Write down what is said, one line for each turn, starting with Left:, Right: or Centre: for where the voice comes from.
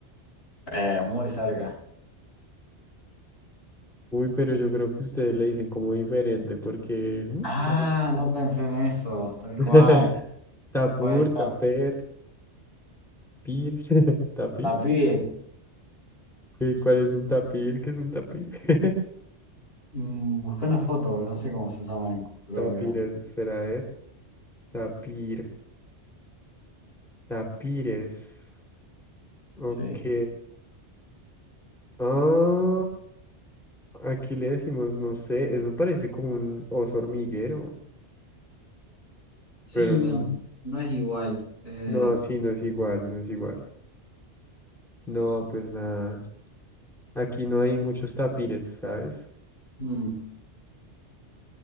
Left: Eh, muy cerca.
Centre: Uy, pero yo creo que ustedes le dicen como diferente, porque... mm,
Left: Ah,
Centre: <laughs> yo no sé.
Left: no pensé en eso, tal
Centre: <laughs>
Left: cual.
Centre: Tapur,
Left: Puede ser.
Centre: taper, tapir, <laughs> tapir.
Left: La piel.
Centre: ¿Qué- ¿Cuál es un tapir? ¿Qué es un tapir? <laughs>
Left: Mm, busqué una foto, no sé cómo se llama en Colombia.
Centre: Tapires, espera a ver. Tapir, tapires. Ok.
Left: Sí.
Centre: Ah, aquí le decimos, no sé, eso parece como un oso hormiguero,
Left: Sí,
Centre: pero no,
Left: um, no es igual. Eh,
Centre: no, sí, no es igual, no es igual. No, pues nada. Aquí no hay muchos tapires, ¿sabes?
Left: mm,